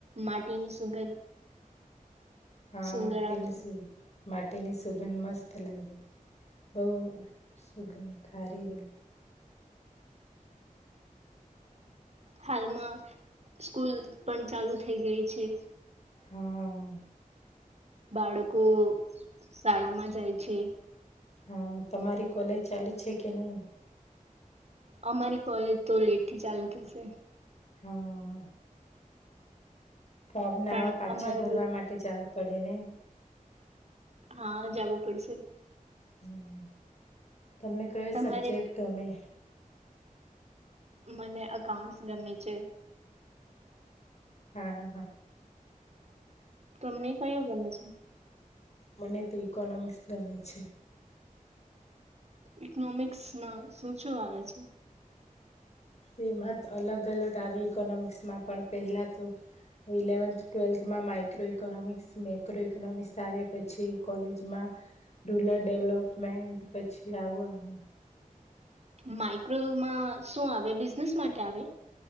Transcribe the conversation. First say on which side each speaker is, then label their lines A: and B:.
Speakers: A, on the right (about 50°); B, on the left (about 50°).
A: માટીની સુગંધ
B: હમાં
A: સુંદર
B: તન્સ
A: આવશે
B: માટેની સુગંધ મસ્ત લાગે બહ સુગંધ હારી ર હ
A: હાલમાં સ્કૂલ પણ ચાલુ થઈ ગઈ છે
B: હા
A: બાળકો શાળામાં જાય છે
B: હા તમારી કોલેજ ચાલુ છે કે નહી
A: અમારી કોલેજ તો લેટ થી ચાલુ થશે
B: હા ફોર્મ નાવા
A: પણ
B: પાછા
A: અમારે
B: ભરવા માટે જવા પડેને
A: હા જવું પડશે
B: હમ હ તમને કયો
A: તમારે
B: સબ્જેક્ટ ગમે
A: મને અઉન્ટસ ગમે છે
B: હા હા હા
A: તમને કયું ગમે છે
B: મને તો ઇકોનોમિક્સ ગમે છે
A: ઇકોનોમિક્સમાં શું શું આવેે છે
B: તેમાં અલગ અલગ આવે ઈકોનોમિક્સમાં પણ પહેલા તો ઇલેવન્થ ટ્વેલ્થમાં માઈક્રો ઇકોનોમિક્સ મેક્રો ઈકોનોમિક્સ આવે પછી કોલેજમાં રૂરલ ડેવલોપમેન્ટ પછી આવું આવે
A: માઈક્રોવ માં શું આવે બિઝનેસ માટે આવે